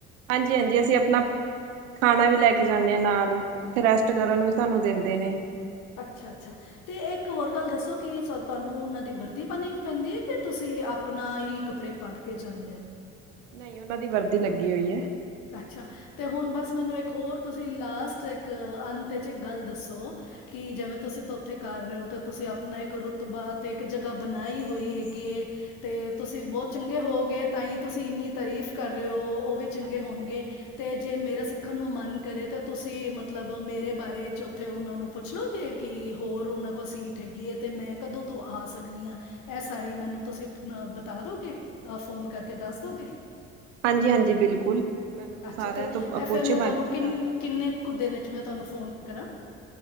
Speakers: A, on the right; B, on the left.
A: ਹਾਂਜੀ ਹਾਂਜੀ ਅਸੀਂ ਆਪਣਾ ਖਾਣਾ ਵੀ ਲੈ ਕੇ ਜਾ ਮੈਂ ਨਾਲ। ਉੱਥੇ ਰੈਸਟ ਕਰਨ ਵੀ ਸਾਨੂੰ ਦਿੰਦੇ ਨੇ
B: ਅੱਛਾ-ਅੱਛਾ ਤੇ ਇੱਕ ਹੋਰ ਗੱਲ ਦੱਸੋ? ਕਿ ਤੁਹਾਨੂੰ ਉਹਨਾਂ ਦੀ ਵਰਦੀ ਪਾਣੀ ਪੈਂਦੀ ਹੈ? ਕਿ ਤੁਸੀਂ ਆਪਣਾ ਹੀ ਕੱਪੜੇ ਪਾ ਕੇ ਜਾਂਦੇ ਹੋ?
A: ਨਹੀਂ ਉਹਨਾਂ ਦੀ ਵਰਦੀ ਲੱਗੀ ਹੋਈ ਹੈ।
B: ਅੱਛਾ, ਤੇ ਹੁਣ ਬਸ ਮੈਨੂੰ ਇੱਕ ਹੋਰ ਤੁਸੀਂ ਲਾਸਟ ਇੱਕ ਅੰਤ ਵਿੱਚ ਇਕ ਗੱਲ ਦੱਸੋ? ਕਿ ਜਿਵੇਂ ਤੁਸੀਂ ਉਥੇ ਕਰ ਰਹੇ ਹੋ ਤੇ ਤੁਸੀਂ ਆਪਣਾ ਇੱਕ ਰੁਤਬਾ। ਤੇ ਇੱਕ ਜਗਾ ਬਣਾਈ ਹੋਈ ਹੈਗੀ ਏ। ਤੇ ਤੁਸੀਂ ਬਹੁਤ ਚੰਗੇ ਹੋਵੋਗੇ ਤਾਂ ਹੀ ਤੁਸੀਂ ਇੰਨੀ ਤਾਰੀਫ਼ ਕਰ ਰਹੇ ਹੋ ਉਹ ਵੀ ਤੇ
A: ਹਾਂਜੀ
B: ਹੋਣਗੇ ਤੇਜ਼। ਜੇ ਮੇਰਾ ਸਿੱਖਣ ਨੂੰ ਮਨ ਕਰੇ ਤਾਂ ਤੁਸੀਂ ਮਤਲਬ ਮੇਰੇ ਬਾਰੇ 'ਚ ਉੱਥੇ ਉਹਨਾਂ ਨੂੰ ਪੁੱਛ ਲਓਗੇ ਕਿ ਹੋਰ ਉਹਨਾਂ ਕੋਲ ਸੀਟ ਹੈਗੀ ਹੈ ਤੇ ਮੈਂ ਕਦੋਂ ਤੋਂ ਆ ਸਕਨੀ ਹਾਂ ਇਹ ਸਾਰੀ ਮੈਨੂੰ ਤੁਸੀਂ ਬਤਾ ਦਓਗੇ ਫੋਨ ਕਰਕੇ ਦੱਸ ਦਿਓਗੇ।
A: ਹਾਂਜੀ-ਹਾਂਜੀ ਬਿਲਕੁਲ। ਮੈਨੂੰ ਤਾਂ
B: ਅੱਛਾ
A: ਸਾਰਿਆਂ
B: ਤੇ
A: ਤੋਂ
B: ਇਹ
A: ਪੋਛੇ
B: ਫਿਰ ਮੈਂ ਤੁਹਾਨੂੰ
A: ਵਜ ਕੇ
B: ਕਿੰਨ
A: ਸਾਰਾ ਦੱਸ
B: ਕਿੰਨੇ
A: ਦੂੰ।
B: ਕੁ ਦਿਨ ਚ ਮੈਂ ਤੁਹਾਨੂੰ ਫੋਨ ਕਰਾਂ।